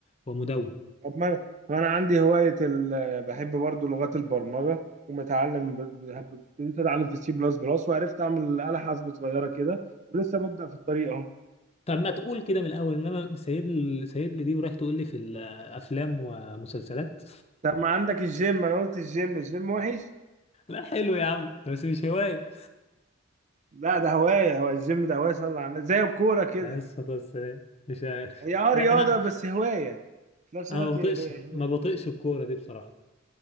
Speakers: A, on the left; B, on the right.
A: ومدون
B: طب ما انا ما أنا عندي هوايه ال... بحب برضو لغات البرمجه ومتعلم ب- بحب- ابتديت اتعلم في السي بلس بلس وعرفت اعمل آلة حاسبة صغيره كده ولسه ببدأ في الطريق اهو
A: طب ما تقول كده من الاول انما سايب لي سايب لي دي ورايح تقول لي في الافلام ومسلسلات
B: طب ما عندك الجيم انا قلت الجيم الجيم وحش
A: <laughs> لا حلو يا عم بس مش هوايه
B: لا ده هوايه هو الجيم ده هوايه صلى على النبي زي الكوره كده
A: عليه الصلاه والسلام مش عارف
B: هي
A: <laughs>
B: اه
A: لا
B: رياضة
A: انا
B: بس هواية في نفس
A: انا
B: الوقت
A: ما بطيقش
B: هي ري- هواية
A: ما بطيقش الكوره دي بصراحه